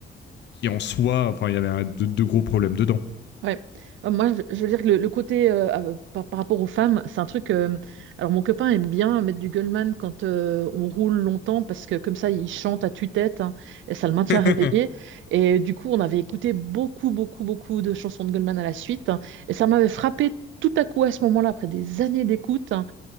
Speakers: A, on the left; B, on the right.
A: qui en soi, enfin, il y avait un- de, de gros problèmes dedans.
B: Ouais. Euh, Moi, je, je veux dire que le, le côté euh, euh, par, par rapport aux femmes, c'est un truc. euh, alors, mon copain aime bien mettre du Goldman quand euh, on roule longtemps parce que comme ça, il chante à tue-tête hein, et ça le maintient
A: <laughs>
B: réveillé. Et du coup, on avait écouté beaucoup, beaucoup, beaucoup de chansons de Goldman à la suite hein, et ça m'avait frappé tout à coup à ce moment-là, après des années d'écoute, hein,